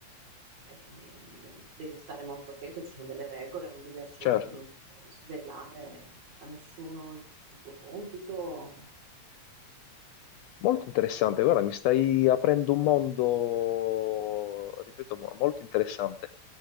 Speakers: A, on the right (about 60°); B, on the left (about 75°).
A: E niente, devi stare molto attento, ci sono delle regole, non devi assolutamente
B: certo.
A: svelare a nessuno il tuo compito
B: Molto interessante. Guarda, mi stai aprendo un mondo, ripeto, mo- molto interessante.